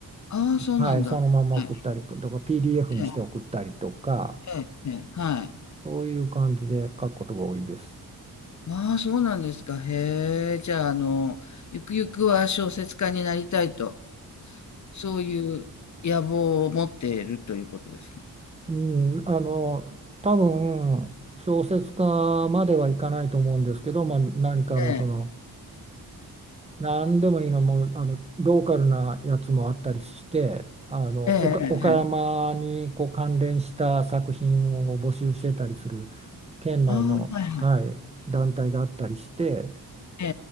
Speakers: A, on the left; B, on the right.
A: ああ、そうなんだ。
B: はい、そのまま送ったりとか
A: はい。
B: PDF にして送ったりとか
A: ええ、ええ、ええ、はい。
B: そういう感じで書くことが多いです。
A: ああ、そうなんですか。へえ。じゃあ、あの、ゆくゆくは小説家になりたいと、そういう野望を持っているということですね。
B: うん、あの多分小説家まではいかないと思うんですけど、まあ、何かのその
A: え
B: 何でもいいの、もうあのローカルなやつもあったりして、あの岡岡山にこう関連した作品を募集してたりする
A: え、ええ、ええ、ええ。
B: 県内の、
A: ああ、はいはい。
B: はい、団体があったりして、
A: ええ、